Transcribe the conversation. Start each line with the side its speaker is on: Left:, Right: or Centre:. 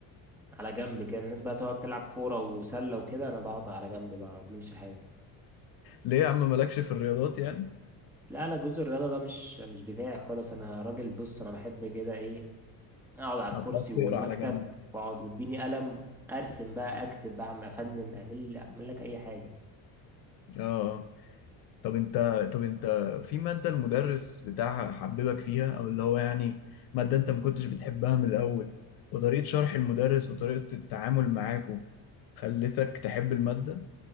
Centre: على جنب كده الناس بقى تقعد تلعب كورة وسلة وكده أنا بقعد على جنب ما بعملش حاجة
Left: ليه يا عم مالكش في الرياضات يعني
Centre: لا لا جزء الرياضة ده مش مش بتاعي خالص أنا راجل بص أنا بحب كده إيه أقعد على
Left: أه،
Centre: الكرسي
Left: بتقعد
Centre: والمكتب
Left: تقرا على جنب
Centre: وأقعد وإديني قلم أرسم بقى أكتب بعمل أفنن أعمل أعمل لك أي حاجة
Left: اه طب انت طب انت في مادة المدرس بتاعها حببك فيها او اللي هو يعني مادة انت ما كنتش بتحبها من الاول وطريقة شرح المدرس وطريقة التعامل معاكو خلتك تحب المادة